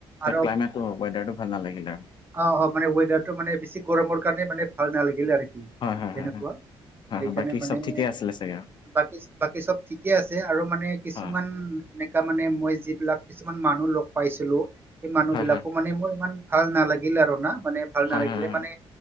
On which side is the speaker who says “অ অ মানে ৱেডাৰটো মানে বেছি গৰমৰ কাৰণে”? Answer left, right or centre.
Right